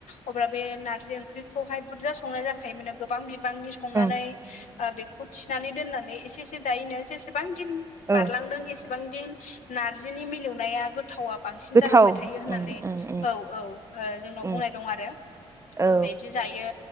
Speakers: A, on the left; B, on the right.
A: अब्ला बे नारजि ओंख्रिखौहाय बुरजा संनाय जाखायोमोनो गोबां बिबांनि संनानै
B: ओं
A: ओ बेखौ थिनानै दोननानै एसे एसे जायैनो जेसेबां दिन
B: औ
A: बारलांदों एसे बां दिन नार्जिनि मिलौनाया गोथावा बांसि
B: गोथाव
A: जालांबाय थायो होननानै
B: उम उम उम
A: औ औ जोंनाव
B: उम
A: बुंनाय दं आरो
B: औ
A: बिदि जायो